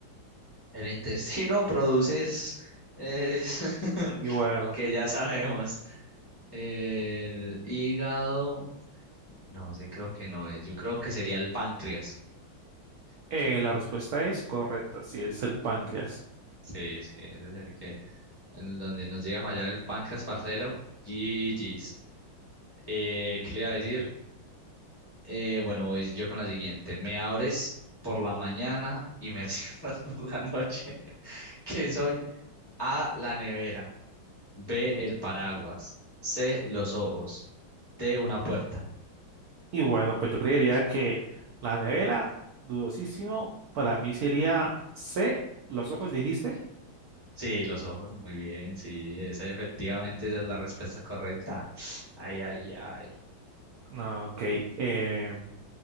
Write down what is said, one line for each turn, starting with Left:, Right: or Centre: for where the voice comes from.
Left: El intestino produce es- es <laughs>
Right: Y bueno,
Left: lo que ya sabemos. El hígado, no, ese creo que no es, yo creo que sería el páncreas.
Right: eh, la respuesta es correcta, si es el páncreas.
Left: Sí, sí, ese es el que, el donde nos llega a fallar el páncreas, parcero. GG's. Eh, ¿qué le iba a decir? Eh, bueno, voy yo con la siguiente. Me abres por la mañana y me <laughs> cierras por la noche. ¿Qué soy? A, la nevera. B, el paraguas. C, los ojos. D, una puerta.
Right: Y bueno, pues yo creería que la nevera, dudosísimo, para mí sería C, los ojos dijiste.
Left: Sí, los ojos, muy bien, sí, esa efectivamente esa es la respuesta correcta. Ay, ay, ay.
Right: No, ok. eh,